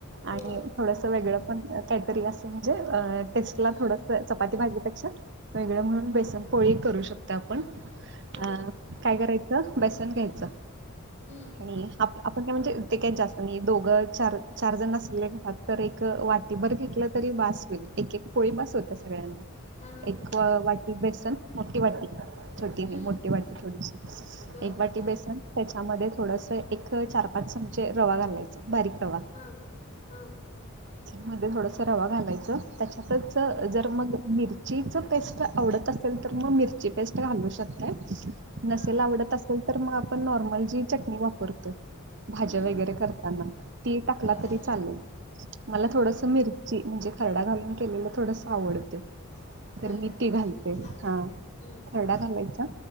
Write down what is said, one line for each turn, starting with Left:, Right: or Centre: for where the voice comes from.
Right: आणि
Left: हो
Right: थोडसं वेगळं पण काहीतरी असं म्हणजे अ टेस्टला
Left: हम्म
Right: थोडस चपाती भाजीपेक्षा वेगळं म्हणून बेसन पोळी करू शकता आपण अ
Left: हां
Right: काय करायचं बेसन घ्यायचं
Left: हम्म
Right: आणि आपण काय म्हणजेे काही जास्त नाही दोघं चार चार जण असलेात तर एक वाट टीभर घेतलं तरी बस होईल एक एक पोळी बस होता सगळ्यांना
Left: हां हां
Right: एक
Left: हां
Right: वाट बेसन मोठी वाटी छोटी नाही
Left: हम्म
Right: मोठी वाटी थोडीशी
Left: बरं
Right: एक वाटी
Left: हां
Right: बेसन त्याच्यामध्ये थोडस एक चार पाच चमचे रवा घालायच बारीक रवा
Left: हां हां
Right: मध्ये थोडस रवा घालायचं त्याच्यातच
Left: बरं
Right: जर मग मिरचीचं पेस्ट आवडत असेल तर मग मिरची पेस्ट घालू शकते नसेल
Left: हां
Right: आवडत असेल तर मग आपण नॉर्मल जी चटणी वापरतो भा
Left: हम्म
Right: वगरे करताना त टाकला
Left: बरं
Right: तरी
Left: हम्म
Right: चालेल मला
Left: हं,
Right: थोडस
Left: हं,
Right: मिरची म्हणजे खड घालून केलेला थोडस आवडते
Left: हं होय
Right: तर मी
Left: काय
Right: ती घालते
Left: हं,
Right: हा
Left: हं, हं,
Right: खरडा घालायचा